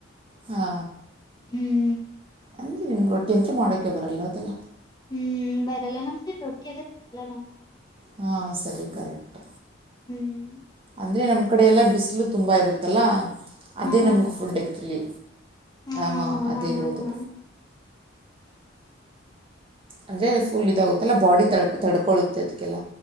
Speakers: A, on the right; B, on the left.
A: ಹಾ
B: ಹ್ಮ್
A: ಅಂದರೆ ನಿಮ್ಗೆ ರೊಟ್ಟಿ ಅಂತತ್ರ ಮಾಡೋಕ್ಕೆ ಬರಲ್ಲ ಅದದೆಲ್ಲ
B: ಹ್ಮ್ ಬರಲ್ಲ ನಮ್ ಸ ರೊಟ್ಟಿ ಎಲ್ಲ ತಿ ನಲಣ <unintelligible>
A: ಹಾಂ ಸರಿ ಕರೆಕ್ಟ್
B: ಹ್ಮ್
A: ಅಂದ್ರೆ ನಮ್ಮ್ ಕಡೆ ಎಲ್ಲ ಬಿಸಿಲು ತುಂಬಾ ಇರುತ್ತಲ್ಲ ಅದೇ
B: ಹಾ
A: ನಮ್ಗೆ ಫುಡ್ ಆ್ಯಕ್ಚುಲಿ
B: ಹಾ ಹಾ
A: ಹಾಂ ಅದೇ
B: ಹಾ
A: ಇರೋದು
B: ಹಾ ಹಾ
A: ಅಂದರೆ ಫುಲ್ ಇದಾಗುತ್ತಲ್ಲ ಬಾಡಿ ತಳ್ಕ ತಡ್ಕೊಳ್ಳುತ್ತೆ ಅದಕ್ಕೆಲ್ಲ